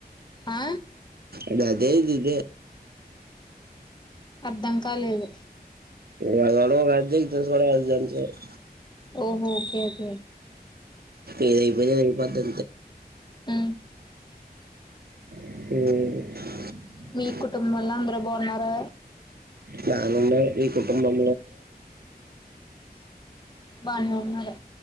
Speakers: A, on the left; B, on the right.
A: ఆ
B: అద అదే ఇది ఇది
A: అర్ధం కాలేదు
B: వా వయివా అాే
A: ఓహో ఓకక
B: ఏదైతే అది అయిపోద్ది
A: అ
B: అ
A: ఈ కుటుంబంలో అందరు బాగున్నారురా
B: బాగా ఉన్నాం మీ కుటుంబం
A: బానే ఉన్నారు